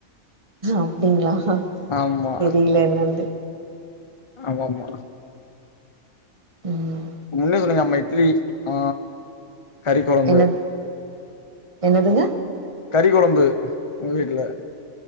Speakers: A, on the right; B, on the left.
A: அப்டிங்களா
B: ஆமா
A: தெரில என்னான்டு
B: ஆமா ஆமா
A: ம்
B: முன்னே சொன்னீங்க நம்ம இட்லி ஆ கறி கொழம்பு
A: என்னத் என்னதுங்க
B: கறி குழம்பு உங்க வீட்ல